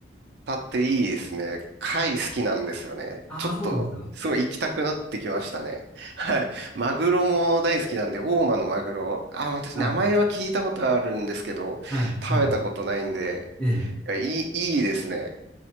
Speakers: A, on the right; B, in the centre.
A: タっていいですね。貝好きなんですよね。
B: ああ、
A: ちょっと、
B: そうなんですか。
A: すごい行きたくなってきましたね。<laughs> はい。マグロも大好きなんで、大間のマグロ。あ、私、
B: はい。
A: 名前は聞いたことあるんですけど、
B: はい。
A: 食べたことないんで、
B: はい。ええ、
A: いや、いい、いいですね。